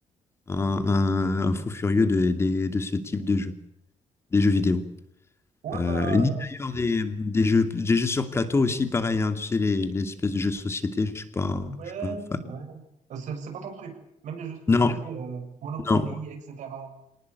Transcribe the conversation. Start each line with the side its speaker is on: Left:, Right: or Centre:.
Left: un, un, un fou furieux de, des- de ce type de jeu, des jeux vidéo.
Right: Ouais,
Left: Euh,
Right: bah,
Left: ni d'ailleurs des, des jeux, des jeux sur plateau aussi, pareil, hein, tu sais, les, les espèces de jeux de société, je suis pas,
Right: Ouais,
Left: je suis pas un fan.
Right: ouais. Euh, C'est c'est pas ton truc. Même les jeux de société,
Left: Non,
Right: euh, Monopoly,
Left: non,
Right: etc.